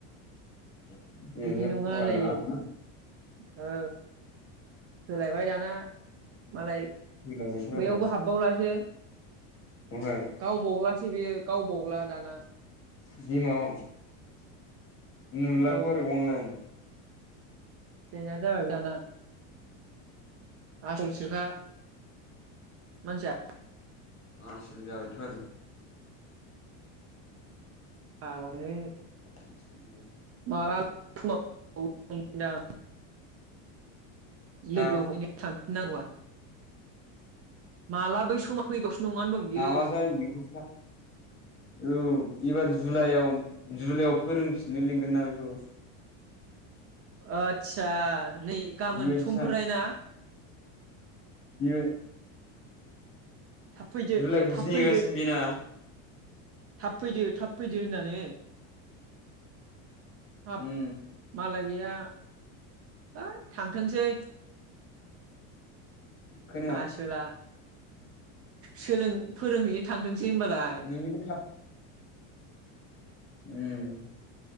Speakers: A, on the left; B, on the right.
A: <unintelligible>
B: बिदि नङा होनलायो औ सोलायबाय दाना। मालाय
A: फैलायबायथ' आरो
B: बैयावबो हाबबावलासो।
A: ओमफ्राय
B: गाव बावलासो बियो। गाव बावला दाना।
A: <unintelligible> नुलाथ'
B: औ
A: आरो अनलाइन।
B: <unintelligible> आसलसोखा। मानसिया
A: आसोल जाबाय थो आरो।
B: <unintelligible>
A: <inaudible>
B: माला <unintelligible> <unintelligible> लोगो
A: हा
B: हमनो थांफिननांगौआ। माला बै समा फैबावसो नङानो दं बियो
A: माला जायो बेखौ <inaudible> औ एबार जुलाइआव जुलाइआव फोरोंफिननो लिंगोन ना बेखौ
B: आतसा। नै गाबोन
A: बेबायदि
B: समफोराय ना
A: बियो
B: थाब फैदो
A: जुलाइखौसो
B: थाब
A: नेगासिनो
B: फैदो
A: बेना
B: थाब फैदो होननानै हाब
A: उम
B: मालाय बेहा है थांथोंसै।
A: खोनाया
B: आसोला। सोलों फोरोंहैनो थांथों सै ओमबालाय।
A: नोंनिखौ थाब उम